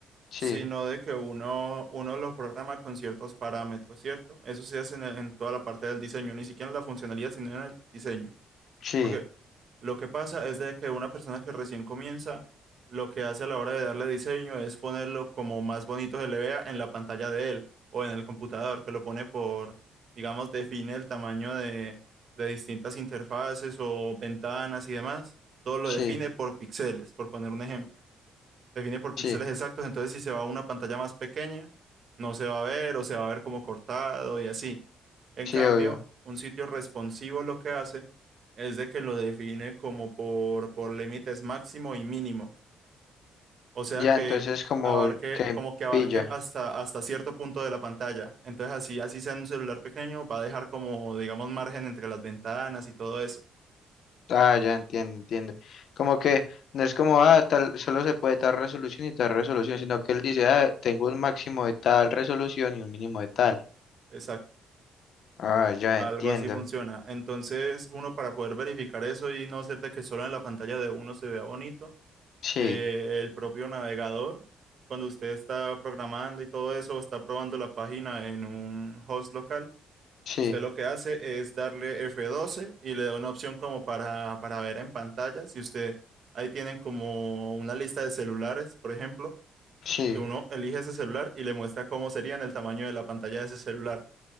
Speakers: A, on the left; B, on the right.
A: Sí,
B: sino de que uno, uno los programa con ciertos parámetros, ¿cierto? Eso se hace en, en toda la parte del diseño, ni siquiera en la funcionalidad, sino en el diseño.
A: sí,
B: Porque lo que pasa es de que una persona que recién comienza, lo que hace a la hora de darle diseño es ponerlo como más bonito se le vea en la pantalla de él o en el computador, que lo pone por, digamos, define el tamaño de, de distintas interfaces o ventanas y demás. Todo lo
A: sí,
B: define por píxeles, por poner un ejemplo define por
A: sí,
B: píxeles exactos, entonces si se va a una pantalla más pequeña, no se va a ver o se va a ver como cortado y así. En
A: sí,
B: cambio,
A: obvio.
B: un sitio responsivo lo que hace es de que lo define como por, por límites máximo y mínimo, o sea
A: Ya,
B: que
A: entonces como
B: abarque,
A: que
B: como que abarque
A: pilla.
B: hasta, hasta cierto punto de la pantalla. Entonces así, así sea un celular pequeño, va a dejar como, digamos, margen entre las ventanas y todo eso.
A: Ah, ya entiendo, entiendo. Como que no es como, ah, tal, solo se puede tal resolución y tal resolución, sino que él dice, ah, tengo un máximo de tal resolución y un mínimo de tal.
B: Exacto.
A: Ah, ya
B: Algo
A: entiendo.
B: así funciona. Entonces, uno para poder verificar eso y no hacer de que solo en la pantalla de uno se vea bonito,
A: Sí,
B: eh, el propio navegador, cuando usted está programando y todo eso, o está probando la página en un host local,
A: sí,
B: usted lo que hace es darle F12 y le da una opción como para, para ver en pantalla. Si usted, ahí tienen como una lista de celulares, por ejemplo,
A: sí.
B: que uno elige ese celular y le muestra cómo sería en el tamaño de la pantalla de ese celular.